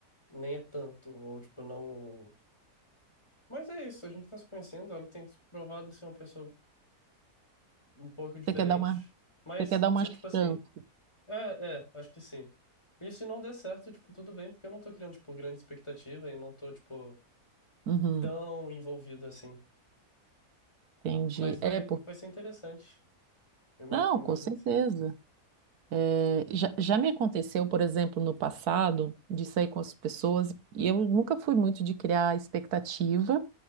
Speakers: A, on the left; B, on the right.
A: nem é tanto ou tipo não Mas é isso, a gente tá se conhecendo, ela tem se provado ser uma pessoa um pouco diferente.
B: você quer dar uma,
A: Mas
B: você quer dar uma
A: se,
B: chance.
A: tipo assim, é, é, acho que sim. E se não der certo, tipo, tudo bem, porque eu não tô criando, tipo, grande expectativa e não tô, tipo,
B: Uhum,
A: tão envolvido assim.
B: entendi.
A: Mas vai,
B: É, por...
A: vai ser interessante. Eu imagino,
B: Não,
A: eu
B: com
A: imagino
B: certeza.
A: que sim.
B: É, já, já me aconteceu, por exemplo, no passado, de sair com as pessoas, e eu nunca fui muito de criar expectativa.